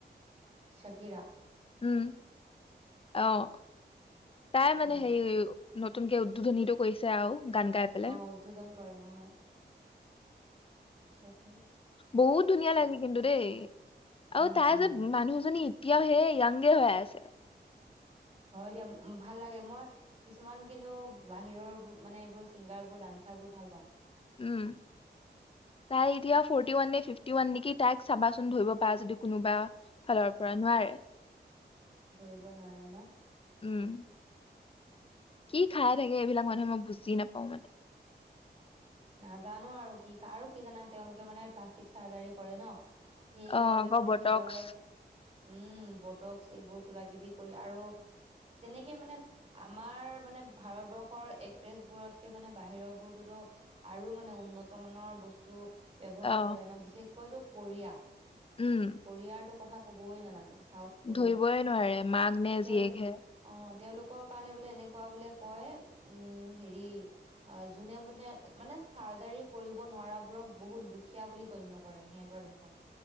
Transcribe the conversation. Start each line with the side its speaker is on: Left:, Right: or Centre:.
Right: চকীৰা?
Left: উম আহ তাই মানে
Right: অ
Left: হেৰি ন তুনকে উদ্বোধনীটো কৰিছে। আৰু গান গাই পেলাই
Right: অ উদ্বোধন কৰে নহয়। সত।
Left: বহুত ধুনীয়া লাগে কিন্তু দেই, আৰু
Right: উম
Left: তাই
Right: উম
Left: যে মানুহজনী এতিয়া সেই য়াংগে হৈ আছে।
Right: হয় দিয়া ভাল লাগে মই কিছুমান কিন্তু বাহিৰৰ মানে এইবোৰ ছিংগাৰবোৰ ডান্সৰবোৰ ভাল পাওঁ।
Left: উম তাই এতিয়া ফৰ্টি ওৱানে ফিফ টি ওৱান নেকি, তাইক চাবাচোন ধৰিব পাৰা যদি কোনোবা? ফালৰ পৰা নোৱাৰে,
Right: ধৰিব নোৱাৰে ন
Left: উম। কি খাই থাকে এইবিলাক মানুহে মই বুজি নাপাওঁ মানে
Right: নাজানো আৰু কি আৰু কি জানা তেওঁলোকে মানে প্লাষ্টিক চাৰ্জাৰী কৰে ন সেইবাবে
Left: অ আকৌ
Right: মানে
Left: বটক্স
Right: হৃদৰ উম বটকচ এইবোৰ কিবা কিবি কৰি আৰু তেনেকে মানে আমাৰ মানে ভাৰতবৰ্ষৰ একট্ৰেছ বোৰতকে মানে বাহিৰৰ বোৰতোতো আৰু মানে উন্নত মানৰ বস্তু ব্যৱহাৰ
Left: অ
Right: কৰে ন বিশেষ কৈতো কৰিয়া
Left: উম
Right: কৰিয়াৰটো কথা ক'বই নালাগে চাউথ কোৰিয়া
Left: ধৰিবই নোৱাৰে মাক নে
Right: তেওঁলোক
Left: জীয়েকহে
Right: অ তেওঁলোকৰ কাৰণে বোলে এনেকুৱা বোলে কয় উম হেৰি যোনে বোলে মানে চাৰ্জাৰী কৰিব নোৱাৰাবোৰক বহুত দুখীয়া বুলি গণ্য কৰে সিহঁতৰ দেশত